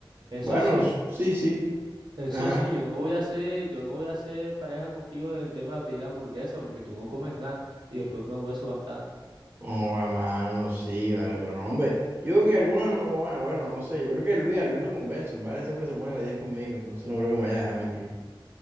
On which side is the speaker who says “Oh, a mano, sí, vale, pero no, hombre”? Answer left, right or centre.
Right